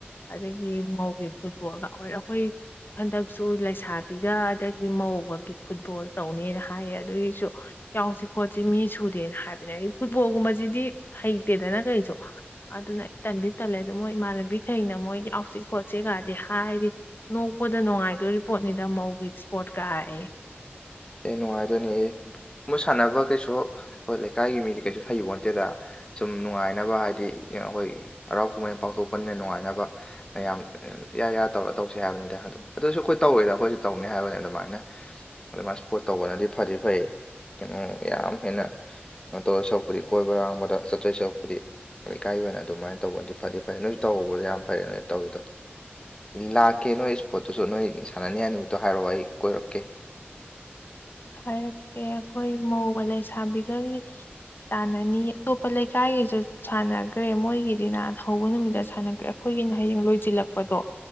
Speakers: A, on the left; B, on the left.
A: ꯑꯗꯒꯤ ꯉꯧꯒꯤ ꯐꯨꯠꯕꯣꯜꯒ ꯑꯣꯏꯔ ꯑꯩꯈꯣꯏ ꯍꯟꯗꯛꯁꯨ ꯂꯩꯁꯥꯕꯤꯒ ꯑꯩꯗꯒꯤ ꯉꯧꯕꯒꯤ ꯐꯨꯠꯕꯣꯜ ꯇꯧꯅꯤꯅ ꯍꯥꯏꯌꯦ ꯑꯗꯨꯒꯤꯁꯨ ꯌꯥꯎꯁꯤ ꯈꯣꯠꯁꯤ ꯃꯤ ꯁꯨꯗꯦꯅ ꯍꯥꯏꯕꯅꯦ ꯑꯩ ꯐꯨꯠꯕꯣꯜꯒꯨꯝꯕꯁꯤꯗꯤ ꯍꯩꯇꯦꯗꯅ ꯀꯩꯁꯨ ꯑꯗꯨꯅ ꯑꯩ ꯇꯟꯗꯤ ꯇꯜꯂꯦ ꯑꯗꯨꯗꯣ ꯃꯣꯏ ꯏꯃꯥꯟꯅꯕꯤꯈꯩꯅ ꯃꯣꯏ ꯌꯥꯎꯁꯤ ꯈꯣꯠ ꯆꯦꯀꯥꯗꯤ ꯍꯥꯏꯗꯤ ꯅꯣꯛꯄꯗ ꯅꯨꯡꯉꯥꯏꯗꯣꯔꯤ ꯄꯣꯠꯅꯤꯅ ꯃꯧꯒꯤ ꯏꯁꯄꯣꯠꯀꯑꯦ <unintelligible>
B: ꯑꯦ ꯅꯨꯡꯉꯥꯏꯗꯣꯏꯅꯦ ꯑꯦ ꯃꯣꯏꯠ ꯁꯥꯟꯅꯕ ꯀꯩꯁꯨ ꯍꯣꯏ ꯂꯩꯀꯥꯏꯒꯤ ꯃꯤꯗꯤ ꯀꯩꯁꯨ ꯐꯩꯕꯣꯟꯇꯦꯗ ꯁꯨꯝ ꯅꯨꯡꯉꯥꯏꯅꯕ ꯍꯥꯏꯗꯤ ꯑꯩꯈꯣꯏ ꯍꯔꯥꯎ ꯀꯨꯝꯍꯩ ꯄꯥꯡꯊꯣꯛꯄꯅꯤꯅ ꯅꯨꯡꯉꯥꯏꯅꯕ ꯃꯌꯥꯝ ꯏ ꯌꯥ ꯇꯧꯔꯒ ꯇꯧꯁꯤ ꯍꯥꯏꯕꯅꯤꯗ ꯑꯗꯨꯝ ꯑꯗꯨꯁꯨ ꯑꯩꯈꯣꯏ ꯇꯧꯋꯤꯗ ꯑꯩꯈꯣꯏꯁꯨ ꯇꯧꯅꯤ ꯍꯥꯏꯕꯅꯤ ꯑꯗꯨꯃꯥꯏꯅ ꯑꯗꯨꯃꯥꯏ ꯄꯣꯠ ꯇꯧꯕꯅꯗꯤ ꯐꯗꯤ ꯐꯩ ꯀꯩꯅꯣ ꯌꯥꯝ ꯍꯦꯟꯅ ꯀꯩꯅꯣ ꯇꯧꯔ ꯁꯔꯨꯛꯄꯨꯗꯤ ꯀꯣꯏꯕ ꯂꯥꯡꯕꯗ ꯆꯠꯆꯣꯏ ꯁꯔꯨꯛꯄꯨꯗꯤ ꯂꯩꯀꯥꯏ ꯑꯣꯏꯅ ꯑꯗꯨꯃꯥꯏꯅ ꯇꯧꯕꯗꯤ ꯐꯗꯤ ꯐꯩ ꯅꯣꯏꯁꯨ ꯇꯍꯧꯕꯗꯣ ꯌꯥꯝ ꯐꯩꯌꯦ ꯅꯣꯏ ꯇꯧꯔꯤꯗꯣ ꯂꯥꯛꯀꯦ ꯅꯣꯏ ꯏꯁꯄꯣꯔꯠꯇꯨꯁꯨ ꯅꯣꯏ ꯁꯥꯟꯅꯅꯤ ꯍꯥꯏꯅꯤꯗꯣ ꯍꯥꯏꯔꯛꯑꯣ ꯑꯩ ꯀꯣꯏꯔꯛꯀꯦ
A: ꯍꯥꯏꯔꯛꯀꯦ ꯑꯩꯈꯣꯏ ꯃꯧꯒ ꯂꯩꯁꯥꯕꯤꯒꯒꯤ ꯇꯥꯟꯅꯅꯤ ꯑꯇꯣꯞꯄ ꯂꯩꯀꯥꯏꯒꯤꯁꯨ ꯁꯥꯟꯅꯈ꯭ꯔꯦ ꯃꯣꯏꯒꯤꯗꯤꯅ ꯍꯧꯕ ꯅꯨꯃꯤꯠꯇ ꯁꯥꯟꯅꯈ꯭ꯔꯦ ꯑꯩꯈꯣꯏ ꯑꯩꯒꯤꯅ ꯍꯌꯦꯡ ꯂꯣꯏꯁꯤꯜꯂꯛꯄꯗꯣ